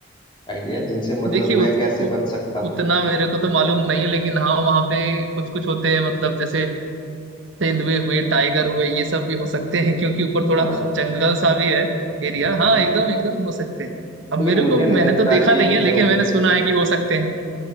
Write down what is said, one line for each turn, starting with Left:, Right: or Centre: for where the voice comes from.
Left: आइडिया जिनसे मतलब
Right: देखिए उत,
Left: मैं कैसे
Right: उ,
Left: बच सकता
Right: उतना
Left: हूँ
Right: मेरे को तो मालूम नहीं है लेकिन हाँ वहाँ पे कुछ कुछ होते हैं मतलब जैसे तेंदुए हुए टाइगर हुए ये सब भी हो सकते हैं क्योंकि ऊपर थोड़ा
Left: हाँ
Right: जंगल सा भी है एरिया हाँ एकदम एकदम हो सकते हैं अब
Left: लेकिन
Right: मेरे
Left: मुझे
Right: को
Left: नहीं
Right: मैंने
Left: लगता
Right: तो देखा
Left: कि
Right: नहीं
Left: इतने
Right: है लेकिन
Left: होंगे
Right: मैंने सुना है कि हो सकते हैं